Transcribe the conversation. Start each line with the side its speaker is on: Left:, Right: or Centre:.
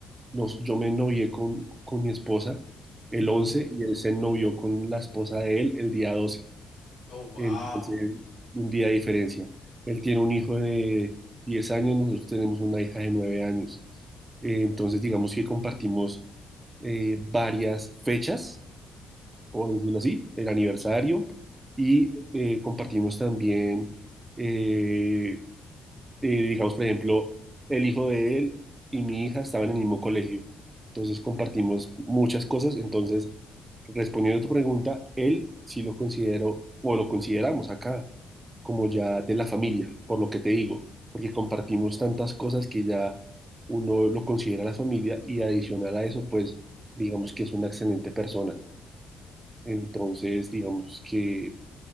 Right: Nos, yo me novié con, con mi esposa el
Left: Ujú,
Right: once y él se novió con la esposa de él el día 12.
Left: Oh, wow.
Right: Entonces, un día de diferencia. Él tiene un hijo de 10 años, nosotros tenemos una hija de 9 años. Eh, entonces, digamos que compartimos eh, varias fechas, por decirlo así, el aniversario, y eh, compartimos también eh, eh, digamos, por ejemplo, el hijo de él y mi hija estaban en el mismo colegio, entonces compartimos muchas cosas, entonces, respondiendo a tu pregunta, él sí lo considero, o lo consideramos acá, como ya de la familia, por lo que te digo, porque compartimos tantas cosas que ya uno lo considera la familia y adicional a eso, pues, digamos que es una excelente persona, entonces, digamos que